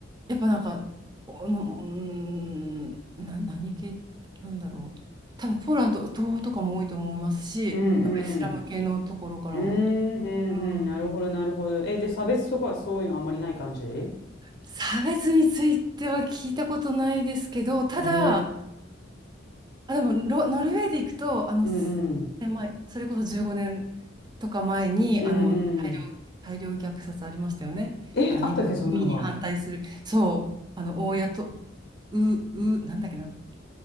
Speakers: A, on the right; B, on the left.
A: やっぱなんか、おの、うーん、な、何系なんだろう。多分ポーランド、東欧とかも多いと思いますし、
B: うんうん。
A: やっぱイスラム系のところからも。
B: うーん、うん、
A: うん。
B: うん、なるほど、なるほど。え、で、差別とかそういうのあんまりない感じへ
A: 差別については聞いたことないですけど、ただ、
B: え。
A: あ、でもロノルウェーで行くと、あの、
B: うんうん。
A: すで、まあ、それこそ15年とか前に、
B: うんうん。
A: あの、大量、大量虐殺ありましたよね。
B: え、
A: あの、
B: あったっけ、
A: 移移民に反対する。
B: そんなのが。
A: そう、あの、大家と、う、う、なんだっけな、